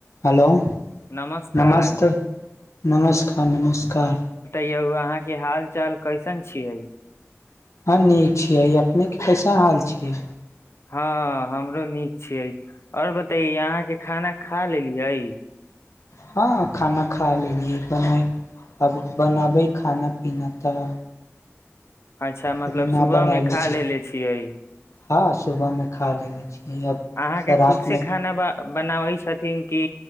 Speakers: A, on the left (about 75°); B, on the left (about 60°).
A: Hello
B: नमस्कार
A: नमस्ते नमस्कार नमस्कार
B: कियो अहाँके हाल चाल कैसन छियै
A: हँ नीक छियै अपने के कैसा हाल छियै
B: हँ हमरो नीक छियै आओर बतैयै अहाँके खाना खा लेलियै
A: हँ खाना खा लेलियै बनाय अब बनाबै खाना पीना तऽ
B: अच्छा मतलब
A: अभी न
B: सुबह
A: बनयले
B: मे खा लेलेे छियै
A: हँ सुबह में खा लेने छियै अयब
B: अहाँके
A: सरात
B: खुद से
A: मे
B: खाना ब बनाबै छै छथिन कि